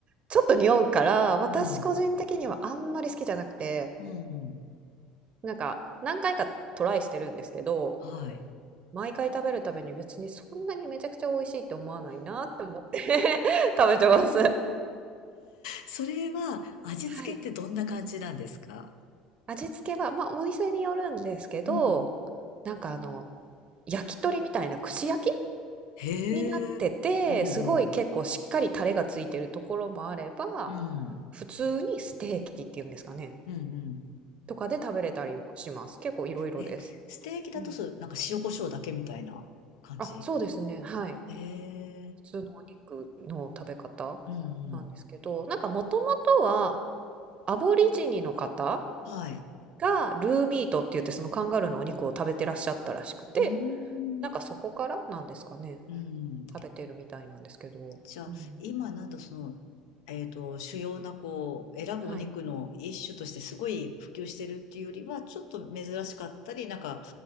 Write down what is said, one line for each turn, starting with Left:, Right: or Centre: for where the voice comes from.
Right: ちょっと匂うから、私個人的にはあんまり好きじゃなくて、
Left: うん。うん。うんうん。
Right: なんか、何回かトライしてるんですけど、
Left: はい。
Right: 毎回食べるたびに別にそんなにめちゃくちゃ美味しいって思わないなって思って <laughs> 食べてます。
Left: それは味付けってどんな感じなんですか
Right: はい。味付けは、まあ、お店によるんですけど、
Left: うん。
Right: なんかあの、焼き鳥みたいな串焼き
Left: へえ。
Right: になってて、
Left: うんうん。
Right: すごい結構しっかりタレがついてるところもあれば、
Left: うん。
Right: 普通にステーキっていうんですかね、
Left: うんうん。
Right: とかで食べれたりもします。結構いろいろです。
Left: え、ステーキだとそう、
Right: うん。
Left: なんか塩コショウだけみたいな感じ
Right: あ、そうですね、はい。
Left: へえ。
Right: 普通のお肉の食べ方
Left: うんう
Right: なんですけど、
Left: ん。
Right: なんかもともとはアボリジニの方
Left: はい。
Right: がルーミートって言ってそのカンガルーのお肉を食べてらっしゃったらしくて、
Left: うーん。
Right: なんかそこからなんですかね、
Left: うん。
Right: 食べてるみたいなんですけど。
Left: じゃあ、
Right: うん。
Left: 今なんだその、えっと、主要なこう、選ぶお肉の一種としてすごい普及してるっていうよりは、
Right: はい。
Left: ちょっと珍しかったり、なんか